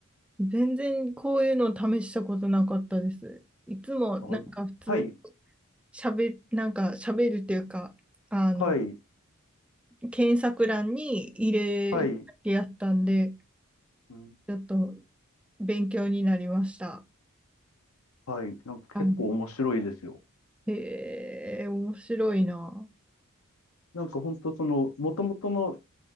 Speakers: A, in the centre; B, on the left.
A: 全然こういうの試したことなかったです。いつもなんか普通
B: あはい、
A: しゃべ、なんか喋るっていうか、あの、
B: はい、
A: 検索欄に入れるだけやったんで、
B: はい、うん
A: ちょっと勉強になりました。
B: はい、なんか結構面白いですよ。
A: はい、へえ、面白いな。
B: なんか本当その、もともとの、